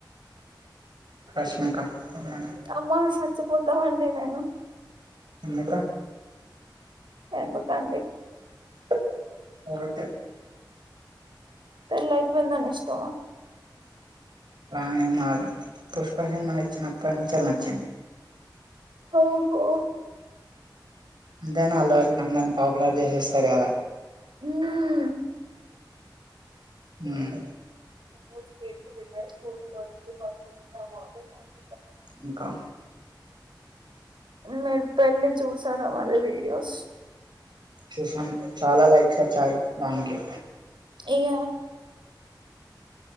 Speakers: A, on the right (about 65°); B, on the right (about 85°).
A: రష్మిక అవునా
B: అమసా పోతామండి నేను
A: ఇంకా
B: ఎందుకండి
A: <unintelligible>
B: పెళ్లయిపోయిందన ఇష్టమా
A: <unintelligible> పుష్ప సినిమా తెచ్చినప్పటించెల్లి నచ్చింది
B: ఓహో
A: అంతేనా అల్లు అర్జున్ అన్నని పాపులర్ వేసేస్తాడు గదా
B: మ్మ్.
A: హ్మ్
B: <unintelligible>
A: ఇంకా
B: మీరు పెళ్ళి చూసార వాళ్ళ వీడియోస్
A: చూసాను చాలా లైక్స్ వచ్చాయి దానికి
B: ఇగ